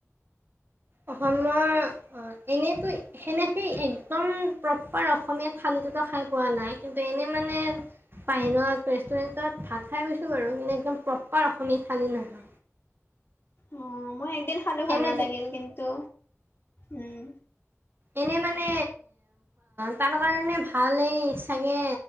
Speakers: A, on the right; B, on the left.
A: অসমৰ, অঁ এনেইতো সেনেকে, সি একদম প্ৰপাৰ অসমীয়া থালিটোত' খাই পোৱা নাই, কিন্তু এনেই মানে পাইনত ৰেষ্টুৰেণ্টত ভাত খাই পাইছো বাৰু। কিন্ত একদম প্ৰপাৰ অসমীয়া ঠালী নাই
B: অঁ, মই একদিন খালো, ভাল
A: এনে
B: নালাগিল কিন্তু, উম।
A: এনেই মানে তাৰ কাৰণে ভালেই চাগে।